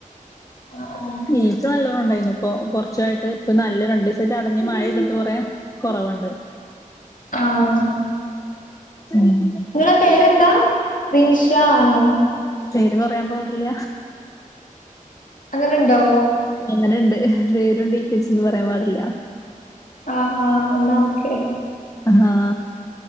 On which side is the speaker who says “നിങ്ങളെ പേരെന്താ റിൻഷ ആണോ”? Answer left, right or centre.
Left